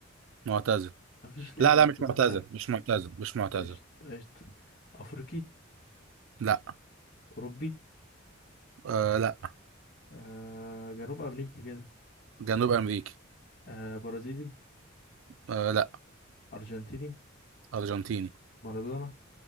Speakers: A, on the right; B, on the left.
A: معتزل
B: مفيش لاعب
A: لا
B: معتزل
A: لا مش معتزل
B: سهل
A: مش معتزل مش معتزل
B: قشطة قشطة افريقي
A: لا
B: اوروبي
A: آه لا
B: آه جنوب امريكي كده
A: جنوب امريكي
B: آه برازيلي
A: آه لا
B: ارجنتيني
A: ارجنتيني
B: مارادونا